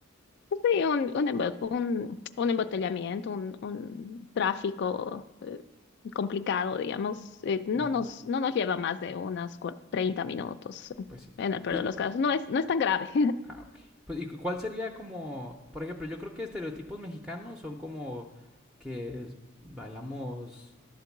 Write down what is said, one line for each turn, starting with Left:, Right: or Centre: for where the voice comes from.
Left: sí, un, un, embo- un- un embotellamiento, un, un tráfico eh, complicado, digamos, eh, no
Centre: Ujú,
Left: nos, no nos lleva más de unas cua- 30 minutos
Centre: Pues sí.
Left: en el peor
Centre: Y,
Left: de los casos. No es, no es tan grave.
Centre: ah, ok. Pues, ¿y cu- cuál sería como, por ejemplo, yo creo que estereotipos mexicanos son como que es- bailamos,